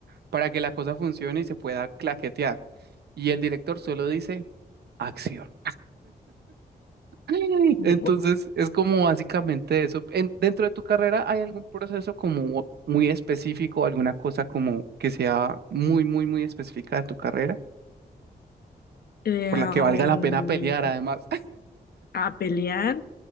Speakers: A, on the right; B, on the left.
A: para que la cosa funcione y se pueda claquetear. Y el director solo dice, acción. <laughs>
B: o-
A: Entonces, es como básicamente eso. En- dentro de tu carrera, ¿hay algún proceso como muy específico, alguna cosa como que sea muy, muy, muy específica de tu carrera,
B: eh,
A: por la
B: um,
A: que valga la pena pelear además?
B: a pelear.